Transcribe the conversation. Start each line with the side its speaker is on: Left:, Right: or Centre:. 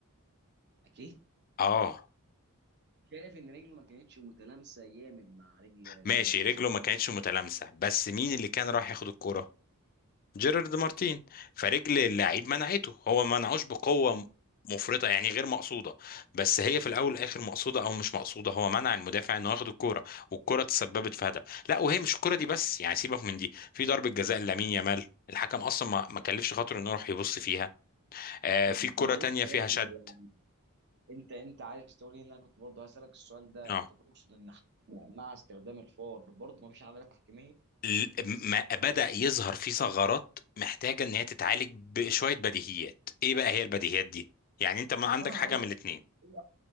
Right: اكيد
Left: اه
Right: شايف ان رجله ما كانتش متلامسة جامد مع رجل لعيب
Left: ماشي
Right: برشلونة
Left: رجله ما كانتش متلامسه بس مين اللي كان راح ياخد الكوره جيرارد مارتين فرجل اللاعب منعته هو ما منعوش بقوه مفرطه يعني غير مقصوده بس هي في الاول والاخر مقصوده او مش مقصوده هو منع المدافع انه ياخد الكوره والكوره تسببت في هدف لا وهي مش الكوره دي بس يعني سيبك من دي في ضربه جزاء لامين يامال الحكم اصلا ما ما كلفش خاطره انه يروح يبص فيها آه
Right: طب
Left: في كوره
Right: معلش
Left: تانية فيها شد
Right: برضه انت انت عايز تقول لي ان انا كنت برضه هسالك السؤال ده
Left: اه
Right: انت تقصد ان احنا مع استخدام الفار برضه مفيش عداله تحكيميه
Left: ال- ما بدأ يظهر في ثغرات محتاجة ان هي تتعالج بشوية بديهيات ايه بقى هي البديهيات دي يعني انت ما
Right: اصل
Left: عندك
Right: انا
Left: حاجة
Right: هقول لك
Left: من الاتنين
Right: ايه